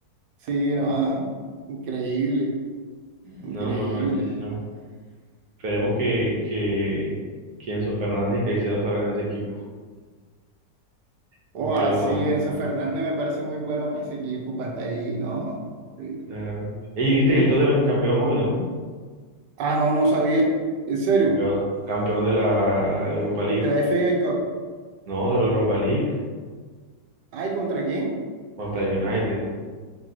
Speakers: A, on the right; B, on the right.
A: Sí, no, increíble, increíble.
B: No, no, no, el Chelsea no. Esperemos que, que, que Enzo Fernández y Caicedo salgan de ese equipo. Porque
A: O así,
B: lo van a
A: Enzo
B: quemar.
A: Fernández me parece muy bueno para ese equipo, para estar ahí, no. horrible.
B: Claro. Ey, viste que el Tottenham campeón hoy, ¿no?
A: Ah, no, no sabía. En serio,
B: Campeón, campeón de la Europa League.
A: de la FA Cup.
B: No, de la Europa League
A: ¿Ay, contra quién?
B: contra el United.